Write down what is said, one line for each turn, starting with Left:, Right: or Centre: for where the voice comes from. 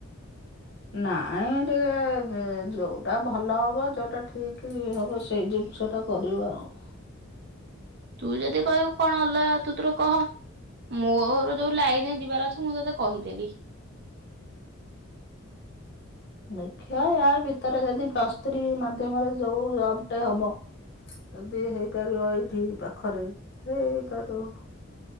Left: ନାଇଁ ଏଇ ଟିକେ ଯୋଉଟା ଭଲ ହବ ଯୋଉଟା ଠିକ ହବ ସେଇ ଜିନି ସେଇଟା କରିବା ଆଉ।
Right: ତୁ ଯଦି କହିବୁ କଣ ହେଲା ତୁ ତୋର କହ। ମୋର ଯୋଉ ଲାଇନରେ ଯିବାର ଅଛି ମୁଁ ତୋତେ କହିଦେଲି।
Left: ଦେଖିଆ ୟା ଭିତରେ ଯଦି ପ୍ଲସ୍ ଥ୍ରୀ ମାଧ୍ୟମରେ ଯୋଉ ଜବଟେ ହବ ଯଦି ହେଇପାରିବ ଏଇଠି ପାଖରେ ହେଇପାରିବ।